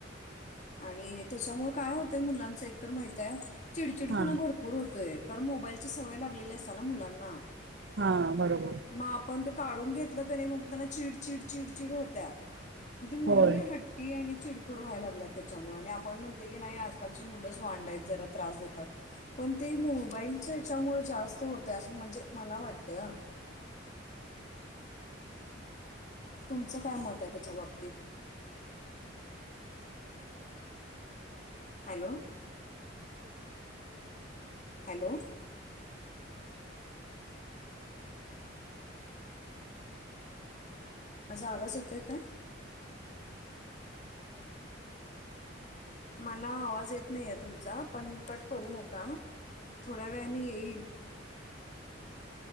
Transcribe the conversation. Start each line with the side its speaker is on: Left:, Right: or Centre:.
Left: आणि त्याच्यामुळे काय होतय मुलांच एकतर माहित आहे चिडचिडपणा
Right: हा
Left: भरपूर होतोय कारण मोबाईलची सवय लागलेली असताना मुलांना
Right: हा बरोबर
Left: मग आपण ते काढून घेतलं त्यांना चिड चिड चिड चिड होत्या ते मुलं
Right: होय
Left: ती हट्टी आणि चिडखोर व्हायला लागलात त्याच्यामुळे आणि आपण म्हणते की नाही आजकालची मुलंच वांडायत जरा त्रास देतात पण ते मोबाईलच याच्यामुळे जास्त होतं असं म्हणजे मला वाटते तुमचं काय मत आहे त्याच्या बाबतीत हॅलो हॅलो माझा आवाज येतय काय मला आवाज येत नाही आहे तुमचा पण कट करू नका थोड्या वेळाने येईल